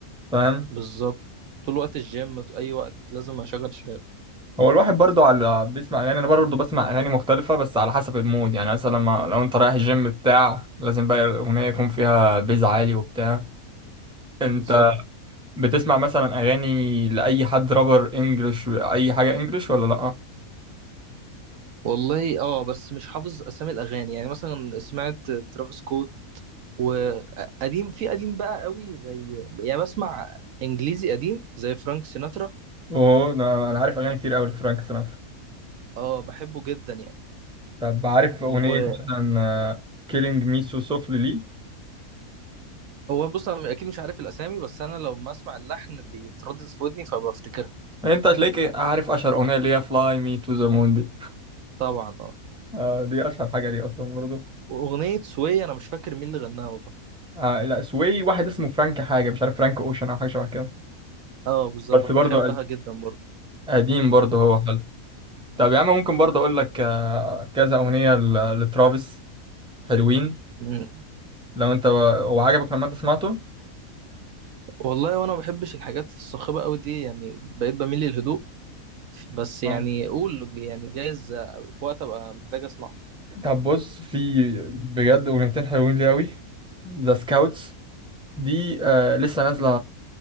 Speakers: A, in the centre; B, on the right (about 70°).
A: فاهم
B: بالظبط طول وقت الجيم ط- اي وقت لازم اشغل شهاب
A: هو الواحد برضو على بيسمع اغاني انا برضو بسمع اغاني مختلفه بس على حسب المود يعني مثلا لما لو انت رايح الجيم بتاع لازم بقى الاغنيه يكون فيها بيز عالي وبتاع انت
B: بالظبط
A: بتسمع مثلا اغاني لاي حد رابر انجلش اي حاجه انجلش ولا لا
B: والله اه بس مش حافظ اسامي الاغاني يعني مثلا سمعت ترافيس سكوت وقديم في قديم بقى قوي زي يعني بسمع انجليزي قديم زي فرانك سيناترا
A: اوه انا أنا عارف اغاني كتير قوي لفرانك سيناترا
B: اه بحبه جدا يعني
A: طب عارف أغنية
B: وهو
A: مثلا كيلينج مي سو سوفلي لي
B: بص انا اكيد مش عارف الاسامي بس انا لو ما اسمع اللحن بيتردد في ودني فبفتكرها
A: انت هتلاقيك عارف اشهر اغنيه اللي هي فلاي مي تو ذا مون دي
B: طبعا اه
A: آه دي اشهر حاجه دي اصلا برضو
B: واغنيه سوية انا مش فاكر مين اللي غناها والله
A: آه لا سوي واحد اسمه فرانك حاجه مش عارف فرانك اوشن او حاجه شبه كده
B: اه بالظبط
A: بس برضو
B: بحبها
A: قد-
B: جدا برضه
A: قديم برضو هو حلو طب يا عم ممكن برضو اقول لك آه كذا اغنيه ل- لترافيس حلوين
B: مم.
A: لو انت هو عجبك لما انت سمعته
B: والله وانا ما بحبش الحاجات الصاخبه قوي دي يعني بقيت بميل للهدوء بس يعني
A: آه.
B: قول يعني جايز في وقت ابقى محتاج اسمعه
A: طب بص في بجد اغنيتين حلوين لي قوي ذا سكاوتس دي آه لسه نازلة